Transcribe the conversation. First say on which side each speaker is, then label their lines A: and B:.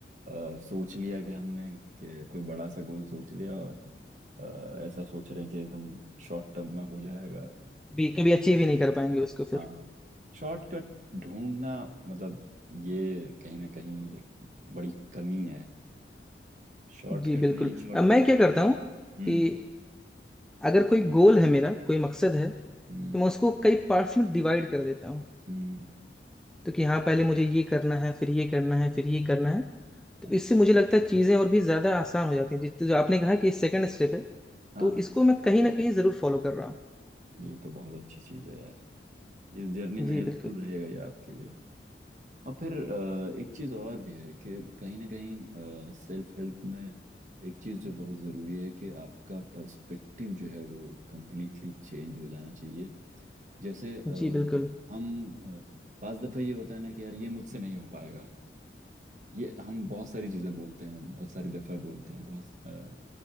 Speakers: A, on the right; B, in the centre.
A: अ, सोच लिया कि हमने कि कोई बड़ा सा गोल सोच लिया और अ, ऐसा सोच रहे हैं कि एकदम शॉर्ट टर्म में हो जाएगा
B: भी कभी अचीव ही नहीं कर पाएंगे उसको फिर
A: हाँ शॉर्टकट ढूंढना मतलब ये कहीं ना कहीं एक बड़ी कमी है शॉर्टकट
B: जी बिल्कुल
A: नहीं शॉर्टकट
B: अब मैं
A: के
B: क्या
A: क्षेत्र
B: करता हूँ
A: में हम्म
B: कि अगर कोई गोल है मेरा कोई मकसद है
A: हम्म
B: तो मैं उसको कई पार्ट्स में डिवाइड कर देता हूँ
A: हम्म
B: तो कि हाँ पहले मुझे ये करना है फिर ये करना है फिर ये करना है तो
A: अच्छा
B: इससे मुझे लगता है चीजें और भी ज्यादा आसान हो जाती हैं जित- जो आपने कहा कि सेकंड स्टेप है
A: हाँ
B: तो
A: हाँ
B: इसको
A: हाँ,
B: मैं कहीं ना कहीं जरूर फॉलो कर रहा हूँ
A: ये तो बहुत अच्छी चीज़ है यार इस जर्नी में
B: जी
A: हेल्पफुल
B: बिल्कुल
A: रहेगा ये आपके लिए और फिर अ, एक चीज़ और भी है कि कहीं ना कहीं सेल्फ हेल्प में एक चीज़ जो बहुत ज़रूरी है कि आपका पर्सपेक्टिव जो है वो कंप्लीटली चेंज हो जाना चाहिए जैसे अ,
B: जी बिल्कुल
A: हम अ, पांच दफ़े ये होता है ना कि यार ये मुझसे नहीं हो पाएगा ये हम बहुत सारी चीज़ें बोलते हैं बहुत सारी दफ़े बोलते हैं बहुत अ,